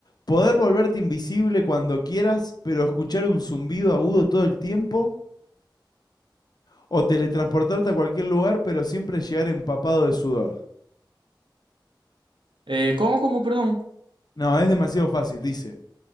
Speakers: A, on the left; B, on the right.
A: poder volverte invisible cuando quieras, pero escuchar un zumbido agudo todo el tiempo, o teletransportarte a cualquier lugar, pero siempre llegar empapado de sudor.
B: Eh, ¿cómo, cómo, perdón?
A: No, es demasiado fácil, dice.